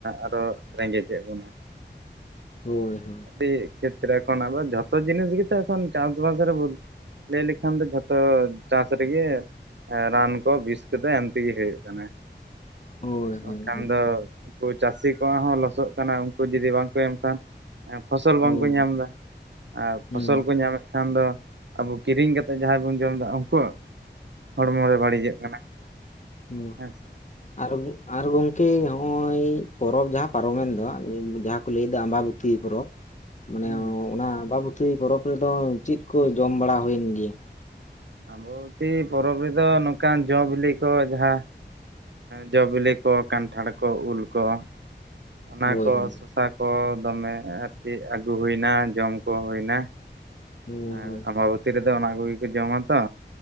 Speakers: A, on the right (about 75°); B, on the left (about 40°).
A: ᱟᱨᱚ ᱨᱮᱸᱜᱮᱡᱮᱫ ᱵᱚᱱᱟ
B: ᱦᱳᱭ ᱦᱳᱭ
A: ᱟᱹᱰᱤ ᱠᱷᱮᱛᱨᱮ ᱠᱷᱚᱱ ᱟᱫᱳ ᱡᱷᱚᱛᱚ ᱡᱤᱱᱤᱥ ᱜᱮᱛᱚ ᱮᱠᱷᱚᱱ ᱪᱟᱥ ᱵᱟᱥ ᱨᱮ ᱞᱟᱹᱭ ᱞᱮᱠᱷᱟᱱ ᱫᱚ ᱡᱷᱚᱛᱚ ᱪᱟᱥ ᱨᱮᱜᱮ ᱨᱟᱱ ᱠᱚ ᱵᱤᱥ ᱠᱚᱫᱚ ᱮᱢ ᱛᱮᱜᱮ ᱦᱩᱭᱩᱜ ᱠᱟᱱᱟ
B: ᱦᱳᱭ
A: ᱵᱟᱝᱠᱷᱟᱱ
B: ᱦᱳᱭ
A: ᱫᱚ ᱩᱱᱠᱩ ᱪᱟᱹᱥᱤ ᱠᱚᱣᱟᱜ ᱦᱚᱸ ᱞᱚᱥᱚᱜ ᱠᱟᱱᱟ ᱩᱱᱠᱩ ᱡᱩᱫᱤ ᱵᱟᱝᱠᱚ ᱮᱢ ᱠᱷᱟᱱ ᱯᱷᱚᱥᱚᱞ
B: ᱦᱳᱭ
A: ᱵᱟᱝᱠᱚ ᱧᱟᱢᱫᱟ ᱟᱨ
B: ᱦᱩᱸ
A: ᱯᱷᱚᱥᱚᱞ ᱠᱚ ᱧᱟᱢᱮᱫ ᱠᱷᱟᱱ ᱫᱚ ᱟᱵᱚ ᱠᱤᱨᱤᱧ ᱠᱟᱛᱮᱫ ᱡᱟᱦᱟᱸᱭ ᱵᱚᱱ ᱡᱚᱢᱫᱟ ᱩᱱᱠᱩ ᱦᱚᱲᱢᱚ ᱨᱮ ᱵᱟᱹᱲᱤᱡᱚᱜ ᱠᱟᱱᱟ
B: ᱦᱚᱸ
A: ᱦᱮᱸ ᱥᱮ
B: ᱟᱨ ᱟᱨ ᱜᱚᱝᱠᱮ ᱱᱚᱜᱼᱚᱭ ᱯᱚᱨᱚᱵᱽ ᱡᱟᱦᱟᱸ ᱯᱟᱨᱚᱢᱮᱱ ᱫᱚ ᱡᱟᱦᱟᱸ ᱠᱚ ᱞᱟᱹᱭᱫᱟ ᱟᱢᱵᱟᱵᱚᱛᱤ ᱯᱚᱨᱚᱵᱽ ᱢᱟᱱᱮ
A: ᱦᱩᱸ
B: ᱚᱱᱟ ᱟᱢᱵᱟ ᱵᱚᱛᱤ ᱯᱚᱨᱚᱵᱽ ᱨᱮᱫᱚ ᱪᱮᱫ ᱠᱚ ᱡᱚᱢ ᱵᱟᱲᱟ ᱦᱩᱭᱮᱱ ᱜᱮᱭᱟ
A: ᱟᱢᱵᱚᱛᱤ ᱯᱚᱨᱚᱵᱽ ᱨᱮᱫᱚ ᱱᱚᱝᱠᱟᱱ ᱡᱚᱼ ᱵᱤᱞᱤ ᱠᱚ ᱡᱟᱦᱟᱸ ᱡᱚ ᱵᱤᱞᱤ ᱠᱚ ᱠᱟᱱᱴᱷᱟᱲ ᱠᱚ ᱩᱞ ᱠᱚ ᱚᱱᱟ
B: ᱦᱳᱭ
A: ᱠᱚ
B: ᱦᱳᱭ
A: ᱥᱚᱥᱟ ᱠᱚ ᱫᱚᱢᱮ ᱟᱨᱠᱤ ᱟᱹᱜᱩ ᱦᱩᱭᱱᱟ ᱡᱚᱢ ᱠᱚ ᱦᱩᱭᱱᱟ
B: ᱦᱳᱭ
A: ᱟᱨ
B: ᱦᱳᱭ
A: ᱟᱢᱵᱟᱵᱚᱛᱤ ᱨᱮᱫᱚ ᱟᱫᱚ ᱚᱱᱟ ᱠᱚᱜᱮ ᱠᱚ ᱡᱚᱢᱟ ᱛᱚ